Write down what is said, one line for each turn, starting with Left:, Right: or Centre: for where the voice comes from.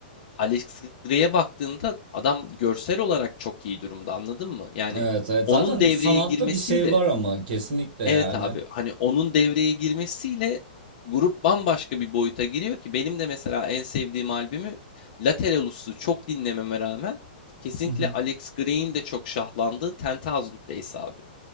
Left: Alex Grey'e baktığında adam görsel olarak çok iyi durumda anladın mı? Yani
Right: Evet, evet.
Left: onun
Right: Zaten
Left: devreye
Right: sanatta
Left: girmesiyle
Right: bir şey var ama kesinlikle yani.
Left: evet abi hani onun devreye girmesiyle grup bambaşka bir boyuta giriyor ki benim de mesela en sevdiğim albümü Lateralus'u çok dinlememe rağmen kesinlikle
Right: <laughs>
Left: Alex Grey'in de çok şahlandığı 10,000 Days abi.